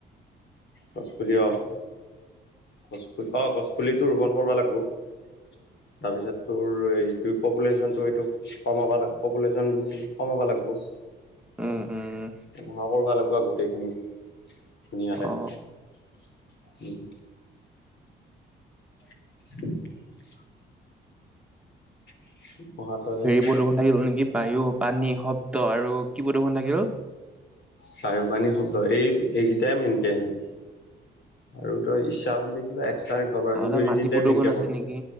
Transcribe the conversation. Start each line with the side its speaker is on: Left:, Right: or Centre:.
Left: গছ পুলি
Centre: উম
Left: অ গছ পুলি অ গছ পুলিটো ৰোপন কৰিব লাগিব তাৰপিছত তো তোৰ এইটো পপুলেশ্যনটো এইটো কমাব লাগ পপুলেশ্যনটো কমাব লাগিব
Centre: উম উম উম
Left: এই মোখা কৰিব লাগিব আৰু গোটেইখিনি ধুনীয়াকে
Centre: অ
Left: উম <inaudible> <unintelligible>
Centre: প্ৰদূৰ্ষণ থাকি গ'ল নেকি বায়ু পানী শব্দ আৰু কি প্ৰদূৰ্ষণ থাকি গ'ল
Left: চাহিও পানী শব্দ এই এইকেইটাই মেইনকে এনেই আৰু তই ইচ্ছা
Centre: অ
Left: কৰিলে কিবা এক্সট্ৰ ঘ
Centre: আৰু
Left: কিন্তু
Centre: তাত
Left: এইদিনটাই
Centre: মাটি প্ৰদূষণ
Left: মেইনকে
Centre: আছে
Left: পৰে
Centre: নেকি?